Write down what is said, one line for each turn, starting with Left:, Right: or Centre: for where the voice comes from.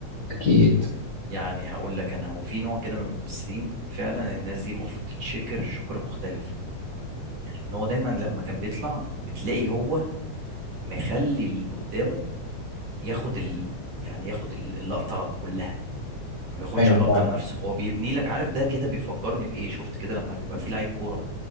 Left: اكيد
Right: يعني هقول لك أنا هو في نوع كده من الممثلين فعلا الناس دي المفروض تتشكر شكر مختلف إن هو دايما لما كان بيطلع بتلاقي هو مخلي اللي قدامه ياخد ال يعني ياخد اللقطة كلها ما بياخدش
Left: ايوه
Right: اللقطه
Left: فعلا
Right: لنفسه هو بيبني لك عارف ده كده بيفكرني بايه شفت كده لما بيبقى في لعيب كوره